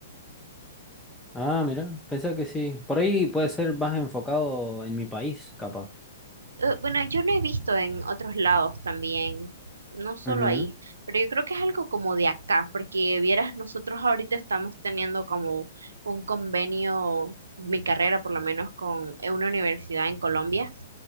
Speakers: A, in the centre; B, on the right.
A: Ah, mira. Pensé que sí. Por ahí puede ser más enfocado en mi país, capaz.
B: Eh, Bueno, yo lo he visto en otros lados también, no solo
A: Ujú.
B: ahí, pero yo creo que es algo como de acá, porque vieras, nosotros ahorita estamos teniendo como un convenio, mi carrera por lo menos, con eh, una universidad en Colombia,